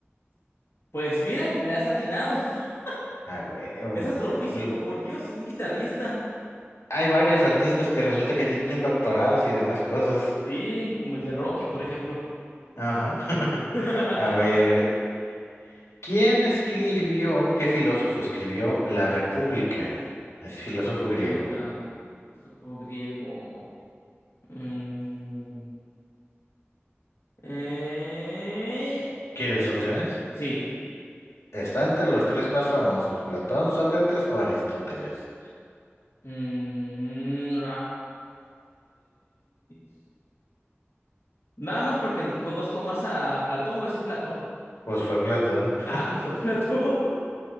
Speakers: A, on the left (about 65°); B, on the left (about 85°).
A: Pues mira, le has atinado. <laughs>
B: Ah, huevo.
A: Es astrofísico,
B: Ul-
A: por Dios, y un guitarrista.
B: Hay varios artistas que resulta que tienen doctorados y demás cosas.
A: Sí, como el de Rocky, por ejemplo.
B: Ajá. <laughs>
A: <laughs>
B: A ver, ¿Quién escribió, qué filósofo escribió La República? Es filósofo
A: La República,
B: griego.
A: supongo griego. Mm, eh,
B: ¿Quieres opciones?
A: Sí.
B: Está entre los tres más famosos, Platón, Sócrates o Aristóteles.
A: Mm, <laughs> Nada más porque conozco más a Platón, voy a decir Platón.
B: Pues fue Platón.
A: Ah,
B: <laughs>
A: pues fue Platón.